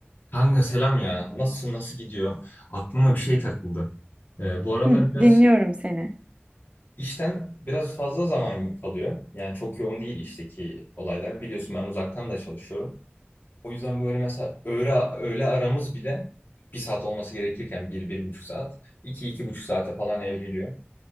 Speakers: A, on the left; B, on the right.
A: Kanka selam ya. Nasılsın? Nasıl gidiyor? Aklıma bir şey takıldı. Ee, bu aralar
B: Hı,
A: biraz
B: dinliyorum seni.
A: işten biraz fazla zaman kalıyor. Yani çok yoğun değil işteki olaylar. Biliyorsun ben uzaktan da çalışıyorum. O yüzden böyle mesela öğle, öğle aramız bile bir saat olması gerekirken bir, bir buçuk saat, iki, iki buçuk saate falan evriliyor.